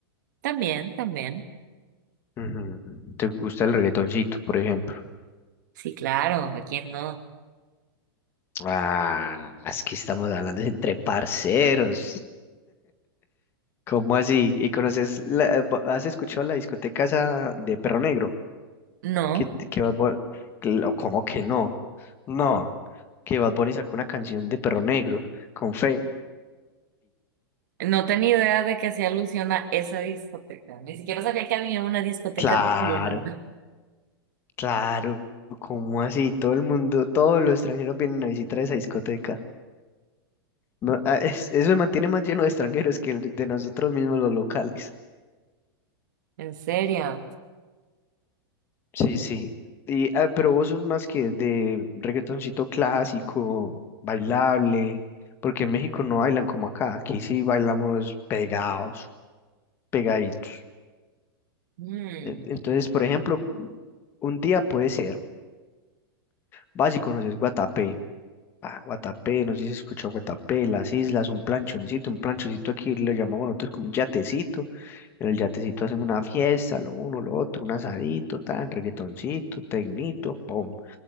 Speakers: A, on the right; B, on the left.
A: También, también.
B: Ujú. ¿Te gusta el reggaetoncito, por ejemplo?
A: Sí, claro, ¿a quién no?
B: Ah, es que estamos hablando de entre parceros. ¿Cómo así? ¿Y conoces, la- eh, bo- has escuchado la discoteca esa de Perro Negro?
A: No,
B: ¿Qué, qué Bad Bu- que lo- ¿Cómo que no? No, que Bad Bunny sacó una canción de Perro Negro con Feid.
A: no tenía idea de que hacía alusión a esa discoteca. Ni siquiera sabía que había una discoteca.
B: Claro,
A: de Villanueva.
B: claro, ¿cómo así? Todo el mundo, todos los extranjeros vienen a visitar esa discoteca. No, ah, es- eso se mantiene más lleno de extranjeros que el de nosotros mismos los locales.
A: ¿En serio?
B: Sí, sí. Y, ah, pero vos sos más que de reggaetoncito clásico, bailable, porque en México no bailan como acá, aquí sí bailamos pegados, pegaditos.
A: Mm,
B: E- Entonces, por ejemplo, un día puede ser, vas y conoces Guatapé, ah, Guatapé, no sé si se escuchó Guatapé, las islas, un planchoncito, un planchoncito aquí le llamamos nosotros como un yatecito, en el yatecito hacemos una fiesta, lo uno, lo otro, un asadito, tan, reggaetoncito, tecnito, pum.